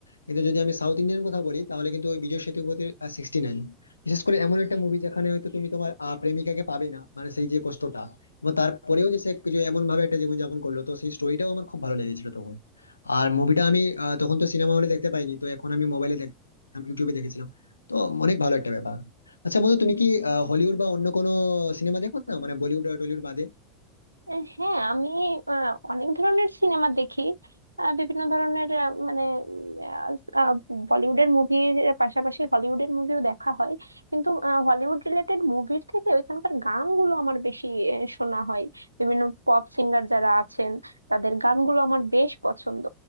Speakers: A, on the left; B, on the right.
A: কিন্তু যদি আমি সাউথ ইন্ডিয়ান কথা বলি তাহলে কিন্তু ওই বিজয় সেতুপতির সিক্সটি নাইন বিশেষ করে এমন একটা মুভি যেখানে হয়তো তুমি তোমার আহ, প্রেমিকাকে পাবে না মানে সেই যে কষ্টটা এবং তারপরেও যে সে যে এমন ভাবে একটা জীবনযাপন করলো তো সেই স্টোরিটাও আমার খুব ভালো লেগেছিল তখন আর মুভিটা আমি আহ, তখন তো সিনেমা হলে দেখতে পাইনি তো এখন আমি মোবাইলে দেখতাম ইউটিউবে দেখেছিলাম তো অনেক ভালো একটা ব্যাপার আচ্ছা বন্ধু তুমি কি হলিউড বা অন্য কোনো সিনেমা দেখো না মানে বলিউড আর টলিউড বাদে
B: আহ হ্যাঁ আমি আহ, অনেক ধরনের সিনেমা দেখি আহ, বিভিন্ন ধরনের আহ, মানে আহ, আহ, বলিউডের মুভির পাশাপাশি হলিউডের মুভিও দেখা হয় কিন্তু হলিউড রিলেটেড মুভির থেকে ওইখানকার গানগুলো আমার বেশি আহ, শোনা হয় বিভিন্ন পপ সিঙ্গার যারা আছেন তাদের গানগুলো আমার বেশ পছন্দ